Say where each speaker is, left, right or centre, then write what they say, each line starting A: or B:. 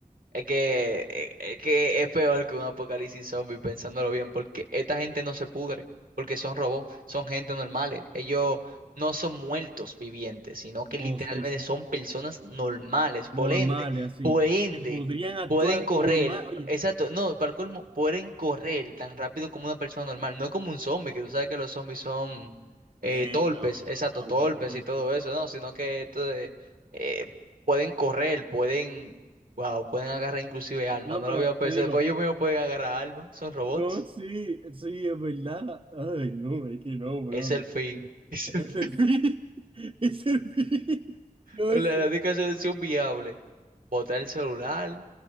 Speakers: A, on the right; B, on the right.
A: Es que, eh, es que es peor que un apocalipsis zombie, pensándolo bien, porque esta gente no se pudre, porque son robots, son gente normales. Ellos no son muertos vivientes, sino que
B: No,
A: literalmente
B: sí, sí.
A: son personas normales. Por
B: Normales,
A: ende,
B: así.
A: por ende,
B: Que podrían actuar
A: pueden correr,
B: normal. Oye,
A: exacto, no, para el colmo, pueden correr tan rápido como una persona normal, no como un zombie, que tú sabes que los zombies son eh,
B: lento,
A: torpes, exacto,
B: aborretoso.
A: torpes y todo eso, no, sino que esto de, eh, pueden correr, pueden Wow, pueden agarrar inclusive alma.
B: No,
A: No
B: pero
A: lo había pensado.
B: te digo,
A: Después ellos mismos pueden agarrar alma. Son robots.
B: no, sí, sí, es verdad. Ay, no, es que no, brother.
A: Es el fin. <laughs> Es
B: Es
A: el fin.
B: el fin. <laughs> Es el fin. No,
A: La,
B: sí.
A: la única solución viable. Botar el celular,